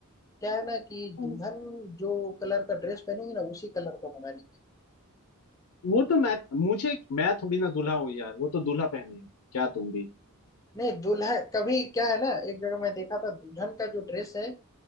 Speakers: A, on the left (about 15°); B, on the left (about 85°).
A: क्या है ना कि
B: हम्म,
A: दुल्हन जो कलर का ड्रेस पहनेगी ना उसी कलर का बना लीजिए
B: वो तो मैं मुझे मैं थोड़ी ना दूल्हा हूँ यार वो तो दूल्हा पहने क्या तुम भी
A: नहीं दूल्हा कभी क्या है ना एक जगह मैं देखा था दुल्हन का जो ड्रेस है